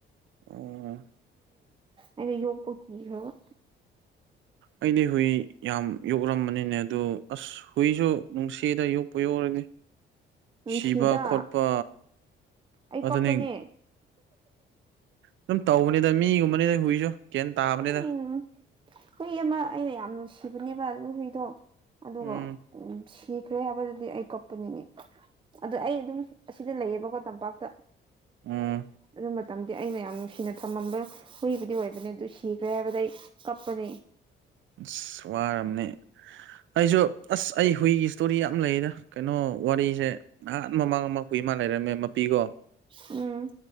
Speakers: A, on the right (about 75°); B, on the right (about 25°).
A: ꯑꯣ
B: ꯑꯩꯅ ꯌꯣꯄ ꯀ ꯍꯥꯏ
A: ꯑꯩꯗꯤ ꯍꯨꯏ ꯌꯥꯝ ꯌꯣꯛꯂꯝꯕꯅꯤꯅꯦ ꯑꯗꯨꯗꯣ ꯑꯁ ꯍꯨꯏꯁꯨ ꯅꯨꯡꯁꯤꯗ ꯌꯣꯛꯄ ꯌꯣꯛꯔꯅꯤ
B: ꯅꯨꯡꯁꯤꯗ
A: ꯁꯤꯕ ꯈꯣꯠꯄ
B: ꯑꯩ
A: ꯑꯗꯨꯅꯤ
B: ꯀꯞꯄꯅꯦ
A: ꯑꯗꯨꯝ ꯇꯧꯕꯅꯤꯗ ꯃꯤꯒꯨꯝꯕꯅꯤꯅ ꯍꯨꯏꯁꯨ ꯀꯣ ꯇꯥꯕꯅꯦꯗ
B: ꯎꯝ ꯍꯨꯏ ꯑꯃ ꯑꯩꯅ ꯌꯥꯝ ꯅꯨꯡꯁꯤꯕꯅꯦꯕ ꯂꯨꯍꯨꯏꯗꯣ ꯑꯗꯨꯒ
A: ꯎꯝ
B: ꯎꯝ ꯀꯤꯈ꯭ꯔꯦ ꯍꯥꯏꯕꯗꯨꯗꯤ ꯑꯩ ꯀꯞꯄꯅꯤꯅꯦ ꯑꯗꯣ ꯑꯩ ꯑꯗꯨꯝ ꯑꯁꯤꯗ ꯂꯩꯌꯦꯕꯀꯣ ꯇꯝꯄꯥꯛꯇ
A: ꯎꯝ
B: ꯑꯗꯨꯝꯕ ꯃꯇꯝꯗꯤ ꯑꯩꯅ ꯌꯥꯝ ꯅꯨꯡꯁꯤꯅ ꯊꯝꯃꯝꯕ ꯍꯨꯏꯕꯨꯗꯤ ꯑꯣꯏꯕ ꯀꯩꯅꯣꯗꯨ ꯁꯤꯈ꯭ꯔꯦ ꯍꯥꯏꯕꯗ ꯀꯞꯄꯅꯤ
A: ꯑꯁ ꯋꯥꯝꯅꯦ ꯑꯩꯁꯨ ꯑꯁ ꯑꯩ ꯍꯨꯏꯒꯤ ꯏꯁꯇꯣꯔꯤ ꯌꯥꯝ ꯂꯩꯌꯦꯗ ꯀꯩꯅꯣ ꯋꯥꯔꯤꯁꯦ ꯅꯍꯥꯟ ꯃꯃꯥꯡ ꯑꯃ ꯍꯨꯏ ꯃꯥ ꯂꯩꯔꯝꯃꯦ ꯃꯄꯤꯀꯣ
B: ꯎꯝ